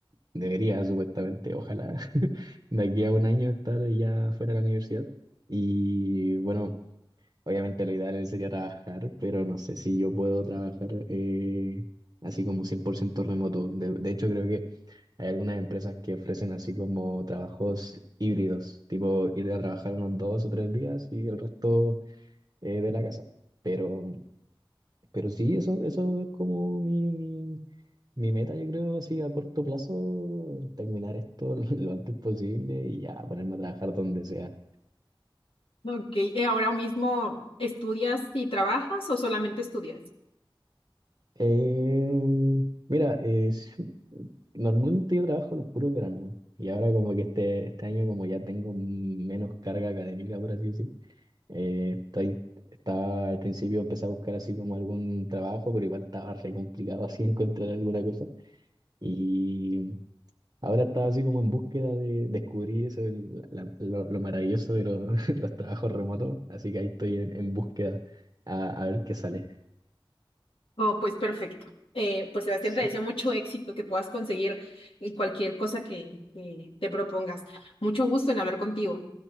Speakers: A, on the right (about 45°); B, on the left (about 80°).
A: debería supuestamente, ojalá, <laughs> de aquí a un año estar ya fuera de la universidad. Y bueno, Obviamente lo ideal sería trabajar, pero no sé si yo puedo trabajar eh, así como 100% remoto. De, de hecho, creo que hay algunas empresas que ofrecen así como trabajos híbridos, tipo ir a trabajar unos dos o tres días y el resto eh, de la casa. Pero, pero sí, eso, eso es como mi, mi, mi meta, yo creo, así a corto plazo, terminar esto <laughs> lo antes posible y ya ponerme a trabajar donde sea.
B: Ok, ¿y ahora mismo estudias y trabajas o solamente estudias?
A: Em, mira, eh, sí, normalmente yo trabajo los puros veranos y ahora como que este, este año como ya tengo menos carga académica, por así decir, eh, estoy, estaba al principio empecé a buscar así como algún trabajo, pero igual estaba re complicado así <laughs> encontrar alguna cosa y ahora estaba así como en búsqueda de descubrir eso, el- la- lo, lo maravilloso de los, <laughs> los trabajos remotos, así que ahí estoy en, en búsqueda a, a ver qué sale.
B: Oh, pues perfecto. Eh, pues Sebastián,
A: Sí.
B: te deseo mucho éxito, que puedas conseguir eh, cualquier cosa que, que te propongas. Mucho gusto en hablar contigo.